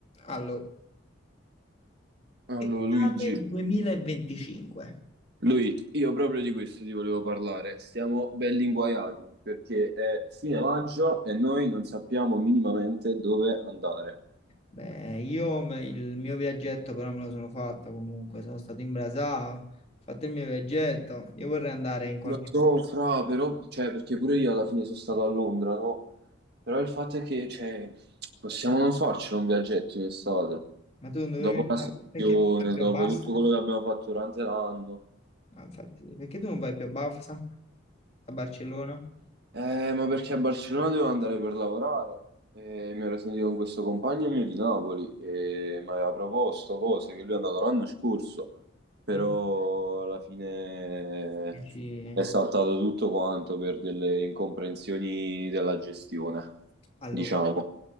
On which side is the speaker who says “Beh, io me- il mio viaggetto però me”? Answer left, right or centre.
Left